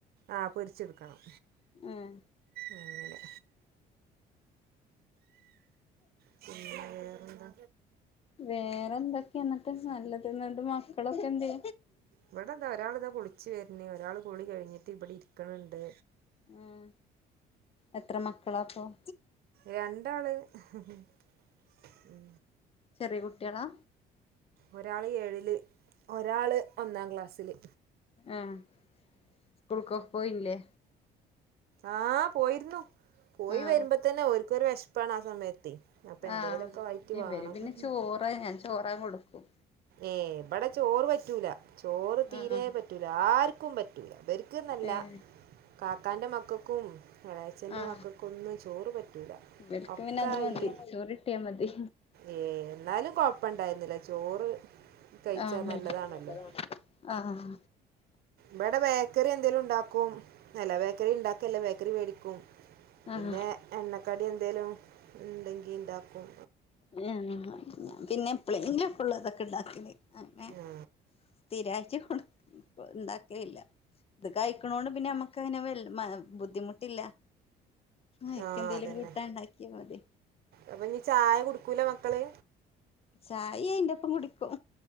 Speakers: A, on the right; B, on the left.
A: ആഹ് പൊരിച്ച്ട്ക്കണം
B: ഏഹ്
A: അങ്ങെനെ പിന്നേ വേറെന്താ
B: വേറെ എന്തൊക്കെന്നട്ട് നല്ലത് ന്നട്ട് മക്കളൊക്കെ എന്തേ
A: ഇവടെതാ ഒരാള്താ കുളിച്ച് വെര്ണ് ഒരാള് കുളി കഴിഞ്ഞിട്ട് ഇബെടെ ഇരിക്ക്ണ്‌ണ്ട്
B: ഏഹ് എത്രെ മക്കളാപ്പം
A: രണ്ടാള് ഉം
B: ചെറ്യെ കുട്ട്യേളാ
A: ഒരാള് ഏഴില് ഒരാള് ഒന്നാം ക്ലാസ്സില്
B: ഏഹ് സ്കൂൾക്കാെക്ക് പോയ്ല്ലേ
A: ആഹ് പോയിരുന്നു പോയി
B: ആഹ്
A: വെര്മ്പതന്നെ ഓര്ക്കൊരു വെഷ്പ്പാണ് ആ സമയത്തെ അപ്പൊ എന്തേലൊക്കെ
B: ആഹ്
A: ആയിട്ട്
B: ഇവര്
A: വേണം
B: പിന്നെ ചോറ് ഞാൻ ചോറാ കൊട്ക്കും
A: ഏഹ് ബെടെ ചോറ് പറ്റൂല ചോറ് തീരേ
B: ആഹ്
A: പറ്റൂല ആര്ക്കും പറ്റൂല ബെര് ക്ക്ന്നല്ല
B: ഏഹ്
A: കാക്കാൻ്റെ മക്കക്കും എളെയെച്ചെൻ്റെ
B: ആഹ്
A: മക്കക്കൊന്നും ചോറ് പറ്റൂലാ
B: ഇവർക്ക്
A: ഒക്കെ
B: പിന്നെ അത് മതി
A: ഈ
B: ചോറ് കിട്ടിയാ മതി
A: ഏഹ് ന്നാലും കൊഴപ്പണ്ടായേര്ന്നില്ല ചോറ് കഴിച്ചാൽ
B: ആഹ് മി
A: നല്ലതാണല്ലോ
B: <unintelligible> ആഹ് ആഹ്
A: ബെടെ ബേക്കെറി എന്തേലുംണ്ടാക്കും അല്ല ബേക്കെറിണ്ടാക്കെല്ലാ ബേക്കെറി മേടിക്കും പിന്നെ
B: ആഹ്
A: എണ്ണക്കടി എന്തേലും ഇണ്ടെങ്കി ണ്ടാക്കും
B: <unintelligible> ഞാൻ പിന്നെ എപ്പെളേങ്കിലൊക്കാെള്ളു അതൊക്കെണ്ടാക്കല് അങ്ങ്നെ
A: ആ
B: സ്ഥിരായ്ട്ട് കൊട് ഇണ്ടാക്കലില്ല ഇത് കഴിക്ക്ണോണ്ട് പിന്നെ ഞമ്മ ക്കങ്ങെനെ വെൽ മ ബുദ്ധിമുട്ടില്ല അയ്ക്ക്
A: ആഹ്
B: എന്തേലും
A: അതെന്നെ
B: കൂട്ടാൻ ഇണ്ടാക്കിയാ മതി
A: അപ്പൊ ഞ്ഞി ചായ കുടിക്കൂല മക്കള്
B: ചായിം അയ്ന്റെപ്പം കുടിക്കും